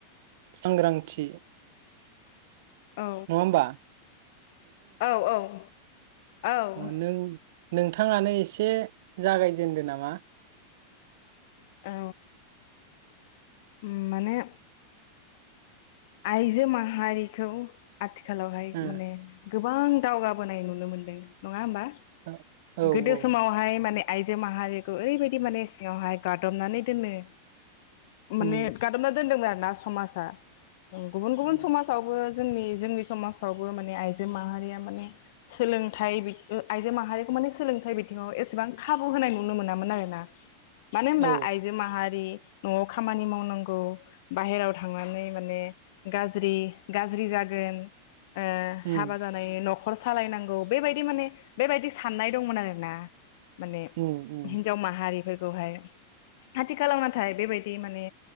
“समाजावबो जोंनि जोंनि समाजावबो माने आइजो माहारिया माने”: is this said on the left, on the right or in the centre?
Left